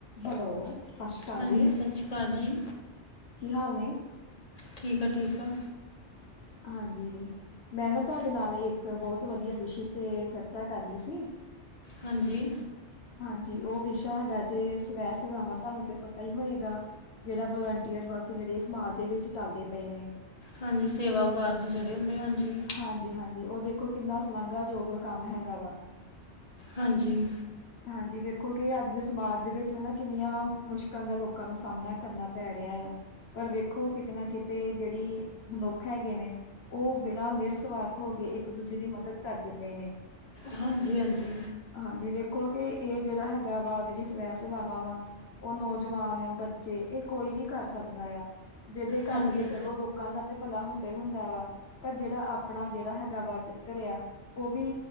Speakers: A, on the left (about 65°); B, on the left (about 35°).
A: Hello, ਸਤਿ ਸ਼੍ਰੀ ਅਕਾਲ
B: ਹਾਂਜੀ
A: ਜੀ।
B: ਸਤਿ ਸ਼੍ਰੀ ਅਕਾਲ ਜੀ
A: ਕੀ ਹਾਲ ਨੇ?
B: ਠੀਕ ਆ, ਠੀਕ ਆ।
A: ਹਾਂਜੀ। ਮੈਂ ਨਾ ਤੁਹਾਡੇ ਨਾਲ ਇੱਕ ਬਹੁਤ ਵਧੀਆ ਵਿਸ਼ੇ ਤੇ ਚਰਚਾ ਕਰਨੀ ਸੀ।
B: ਹਾਂਜੀ।
A: ਹਾਂਜੀ। ਉਹ ਵਿਸ਼ਾ ਹੈਗਾ ਜੇ ਸਵੈ ਸੇਵਾਵਾਂ, ਤੁਹਾਨੂੰ ਤੇ ਪਤਾ ਹੀ ਹੋਏਗਾ। ਜਿਹੜਾ ਵਲੰਟੀਅਰ ਵਰਕ ਜਿਹੜੇ ਸਮਾਜ ਦੇ ਵਿੱਚ ਚੱਲਦੇ ਪਏ ਨੇ।
B: ਹਾਂਜੀ। ਸੇਵਾ ਕਾਰਜ ਜਿਹੜੇ ਹੁੰਦੇ ਆ ਹਾਂਜੀ।
A: ਹਾਂਜੀ -ਹਾਂਜੀ ਉਹ ਦੇਖੋ ਕਿੰਨਾ ਸਲਾਾਂਘਾਯੋਗ ਕੰਮ ਹੈਗਾ ਵਾ।
B: ਹਾਂਜੀ।
A: ਹਾਂਜੀ। ਵੇਖੋ ਕਿ ਅੱਜ ਦੇ ਸਮਾਜ ਦੇ ਵਿੱਚ ਹਨਾ ਕਿੰਨੀਆਂ, ਮੁਸ਼ਕਿਲਾਂ ਦਾ ਲੋਕਾਂ ਨੂੰ ਸਾਹਮਣਾ ਕਰਨਾ ਪੈ ਰਿਹਾ ਆ। ਪਰ ਵੇਖੋ ਕਿਤੇ ਨਾ ਕਿਤੇ ਜਿਹੜੀ ਮਨੁੱਖ ਹੈਗੇ ਨੇ। ਉਹ ਬਿਨਾਂ ਨਿਰਸਵਾਰਥ ਹੋ ਕੇ ਇੱਕ ਦੂਜੇ ਦੀ ਮਦਦ ਕਰਦੇ ਪਏ ਨੇ।
B: ਹਾਂਜੀ -ਹਾਂਜੀ।
A: ਹਾਂਜੀ। ਵੇਖੋ ਕਿ ਇਹ ਜਿਹੜਾ ਹੈਗਾ ਵਾ, ਜਿਹੜੀ ਸਵੈ ਸੇਵਾਵਾਂ ਵਾ ਉਹ ਨੌ ਜਵਾਨ- ਬੱਚੇ ਇਹ ਕੋਈ ਵੀ ਕਰ ਸਕਦਾ ਆ, ਜਿਹਦੇ
B: ਹਾਂਜੀ
A: ਕਰਕੇ ਚਲੋ ਲੋਕਾਂ ਦਾ ਤੇ ਭਲਾ ਹੁੰਦਾ ਹੀ ਹੁੰਦਾ ਵਾ। ਪਰ ਜਿਹੜਾ ਆਪਣਾ ਜਿਹੜਾ ਹੈਗਾ ਵਾ ਚਿੱਤਰ ਆ, ਉਹ ਵੀ